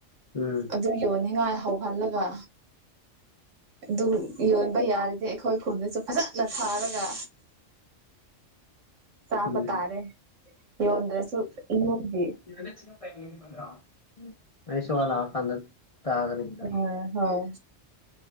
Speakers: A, on the left; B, on the right.
A: ꯎꯝ
B: ꯑꯗꯨ ꯌꯣꯟꯅꯤꯉꯥꯏ ꯍꯧꯍꯜꯂꯒ ꯑꯗꯨ ꯌꯣꯟꯕ ꯌꯥꯔꯗꯤ ꯑꯩꯈꯣꯏ ꯈꯨꯟꯗꯁꯨ ꯐꯖꯥꯅ ꯊꯥꯔꯒ ꯆꯥꯕ
A: ꯎꯝ
B: ꯇꯥꯔꯦ ꯌꯗ꯭ꯔꯁꯨ ꯏꯃꯨꯡꯒꯤ
A: <unintelligible> ꯎꯝ ꯃꯅꯤꯁꯨ ꯋꯥ ꯂꯥꯛꯑꯀꯥꯟꯗ ꯇꯥꯒꯅꯤ
B: ꯑꯥ ꯍꯣꯏ